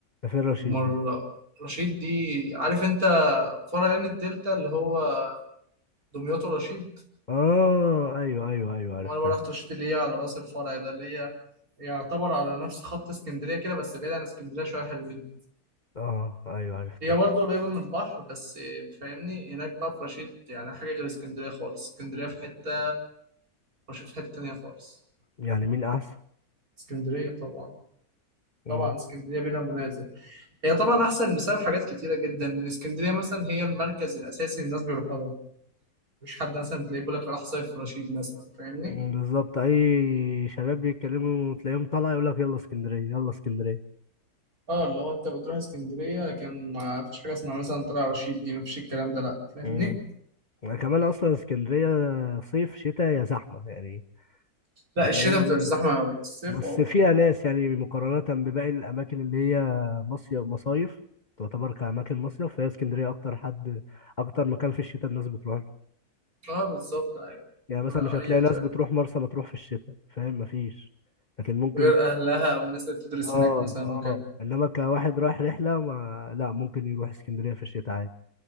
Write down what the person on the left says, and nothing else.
سفير رشيد
دي
اه ايوه ايوه ايوه عرفتها
اه ايوه عرفتها
يعني مين احسن
مم.
مم، بالظبط اي شباب بيتكلموا تلاقيهم طالع يقول لك يلا اسكندريه يلا اسكندريه
مم. كمان اصلا اسكندريه صيف شتاء يا زحمه يعني
يعني
هي ال-
بس
فيها ناس يعني مقارنه بباقي الاماكن اللي هي مصيف مصايف تعتبر كأماكن مصيف فهي اسكندرية أكتر حد أكتر مكان في الشتاء الناس بتروح
يعني
مثلا مش هتلاقي
ناس بتروح مرسى مطروح في الشتاء فاهم مفيش لكن ممكن
اه
اه
انما كواحد رايح رحله ما لا ممكن يروح اسكندريه في الشتاء عادي